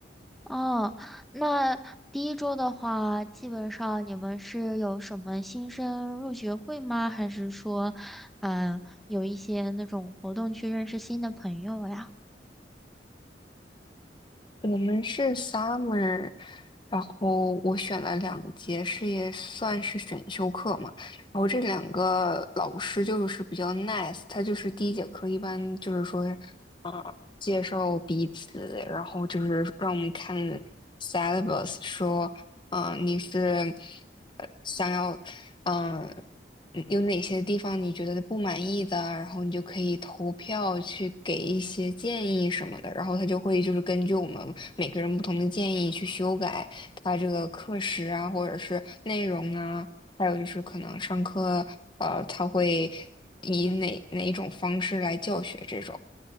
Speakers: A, in the centre; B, on the left.
A: 哦，那第一周的话，基本上你们是有什么新生入学会吗？还是说，嗯、有一些那种活动去认识新的朋友呀？
B: 然我们是 summer，然后我选了两节，是也算是选修课嘛。然后这两个老师就是比较 nice，他就是第一节课一般就是说，啊、介绍彼此，然后就是让我们看 syllabus，说，嗯、你是呃想要，嗯嗯有哪些地方你觉得不满意的，然后你就可以投票去给一些建议什么的，然后他就会就是根据我们每个人不同的建议去修改他这个课时啊，或者是内容啊。还有就是可能上课，呃，他会以哪哪一种方式来教学这种。